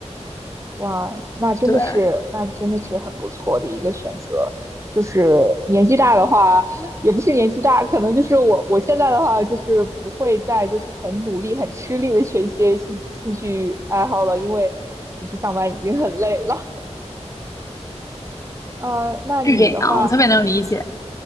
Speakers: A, on the right; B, on the left.
A: 哇，那真的是，
B: 对，
A: 那真的是很不错的一个选择。就是年纪大的话，也不是年纪大，可能就是我我现在的话，就是不会再就是很努力、很吃力的学一些兴兴趣爱好了，因为平时上班已经很累了。呃，那你的话，
B: 是这样，我特别能理解。